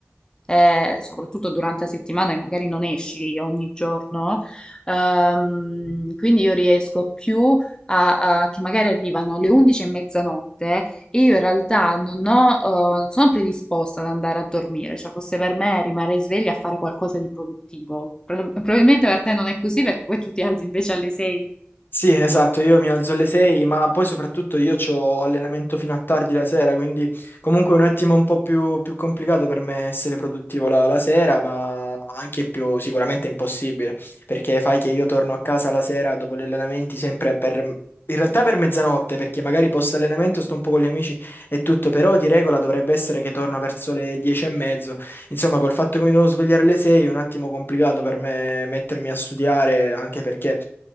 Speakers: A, on the left; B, on the left.
A: eh, soprattutto durante la settimana che magari non esci ogni giorno, ehm, quindi io riesco più a, a- che magari arrivano le 11 e mezzanotte e io in realtà non ho, eh, non sono predisposta ad andare a dormire, cioè fosse per me rimanere sveglia a fare qualcosa di produttivo. Pro- Probabilmente per te non è così perché poi tu ti alzi invece alle 6.
B: Sì, esatto, io mi alzo alle 6, ma poi soprattutto io ho allenamento fino a tardi la sera, quindi comunque è un attimo un po' più, più complicato per me essere produttivo la, la sera, ma anche più sicuramente impossibile, perché fai che io torno a casa la sera dopo gli allenamenti sempre per, in realtà per mezzanotte, perché magari post allenamento sto un po' con gli amici e tutto, però di regola dovrebbe essere che torno verso le 10 e mezzo, insomma col fatto che mi devo svegliare alle 6 è un attimo complicato per me mettermi a studiare, anche perché...